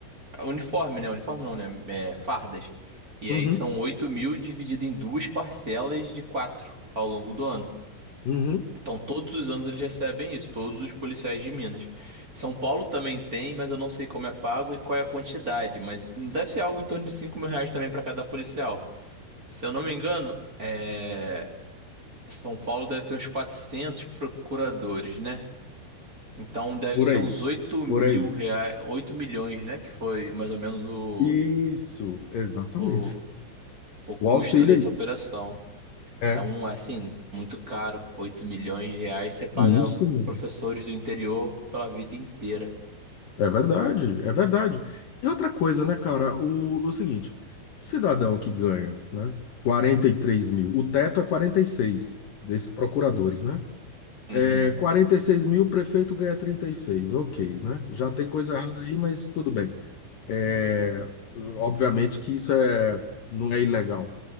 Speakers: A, on the right; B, on the left.
A: uniforme, né? Uniforme não, né? É, fardas. E
B: Uhum.
A: aí são 8 mil dividido em duas parcelas de quatro ao longo do ano.
B: Uhum.
A: Então, todos os anos eles recebem isso, todos os policiais de Minas. São Paulo também tem, mas eu não sei como é pago e qual é a quantidade, mas deve ser algo em torno de 5 mil reais também para cada policial. Se eu não me engano, é, São Paulo deve ter uns 400 procuradores, né? Então deve
B: Por
A: ser
B: aí,
A: uns oito mil
B: por aí.
A: reais, 8 milhões, né? Que foi mais ou menos o,
B: Isso, exatamente.
A: o, o
B: O
A: custo
B: auxílio
A: dessa
B: aí.
A: operação.
B: É.
A: É um, assim, muito caro. oito milhões de reais você paga
B: Isso, meu.
A: professores do interior pela vida inteira.
B: é verdade, é verdade. E outra coisa, né, cara? O, o seguinte, o cidadão que ganha, né? quarenta e três mil, o teto é 46 desses procuradores, né?
A: Uhum.
B: É 46 mil, o prefeito ganha 36. Ok, né? Já tem coisa errada aí, mas tudo bem. É, obviamente que isso é, não é ilegal.